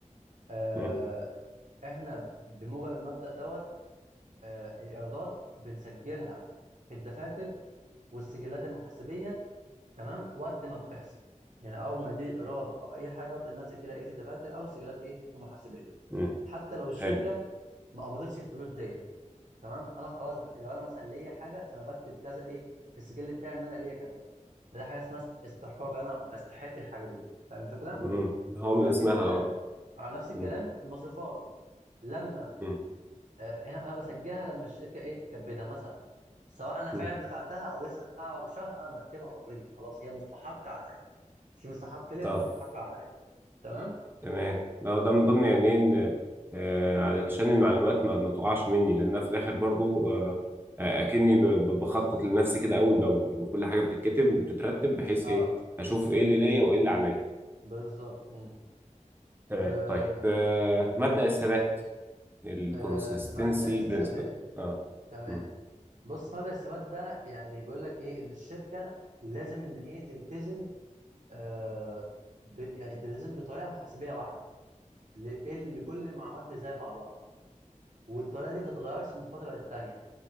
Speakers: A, on the right; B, on the right.
A: آه،
B: مم.
A: إحنا بموجب المبدأ دوت آه، الإيرادات بنسجلها في الدفاتر والسجلات المحاسبية تمام وقت ما بتحصل يعني أول ما يجي إيراد أو أي حاجة أبدأ إن أنا أسجلها إيه في الدفاتر أو السجلات إيه المحاسبية
B: مم.
A: حتى لو الشركة
B: حلو
A: ما قبضتش الفلوس ديت تمام أنا خلاص ب- لو أنا مثلا ليا حاجة فأنا بكتب كذا إيه في السجل بتاعي إن أنا ليا كذا ده حاجه اسمها استحقاق انا بستحق الحاجه دي فاهم الفكره
B: مم. هو
A: نفس
B: من اسمها
A: الكلام
B: آه.
A: على نفس الكلام
B: مم.
A: المصروفات لما
B: مم.
A: آه، هنا انا بسجلها لما الشركه ايه تكبتها مثلا سواء انا فعلا
B: مم.
A: دفعتها او لسه هدفعها بعد شهر انا بكتبها اوريدي خلاص هي مستحقه عليا في مستحق ليا
B: اه
A: وفي مستحق عليا تمام
B: تمام لا ده من ضمن يعني إيه ان آه علشان المعلومات ما, ما تقعش مني لانها في الاخر برضو آه آه، اكني ب- ب- بخطط لنفسي كده اول باول يعني كل حاجه بتتكتب وبتترتب بحيث
A: اه
B: ايه اشوف ايه اللي ليا وايه اللي عليا
A: بالظبط مم.
B: تمام
A: آه
B: طيب آه مبدأ الثبات الكونسستنسي
A: آه مبدأ الثبات
B: برنسبل اه
A: تمام
B: مم.
A: بص مبدأ الثبات ده يعني بيقول لك ايه ان الشركه لازم ان هي تلتزم آه ب... يعني تلتزم بطريقه محاسبيه واحده ل... إيه ال- لكل المعلومات اللي زي بعضها والطريقه دي ما تتغيرش من فتره للتانيه